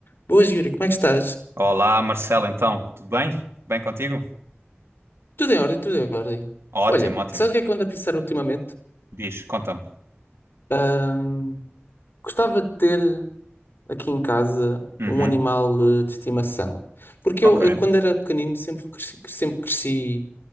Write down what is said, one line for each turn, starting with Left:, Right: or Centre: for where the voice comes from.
Left: Boas, Yuri, como é que estás?
Right: Olá, Marcelo, então, tudo bem? Bem contigo?
Left: Tudo em ordem, tudo em ordem.
Right: Ótimo,
Left: Olha,
Right: ótimo.
Left: sabes o que é que eu ando a pensar ultimamente?
Right: Diz, conta-me.
Left: Ahm, gostava de ter aqui em casa
Right: Uhum,
Left: um animal eh, de estimação. Porque
Right: ok.
Left: eu, eu, quando era pequenino, sempre cresci, sempre cresci